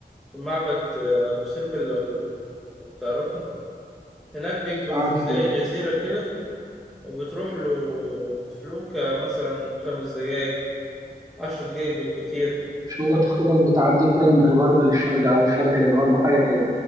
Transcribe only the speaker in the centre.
في معبد آه، أبو سمبل لو لو تعرفه هناك بيبقى
في زي
جزيرة كده وبتروح له بفلوك آه، مثلا خمس دقايق عشر دقايق بالكتير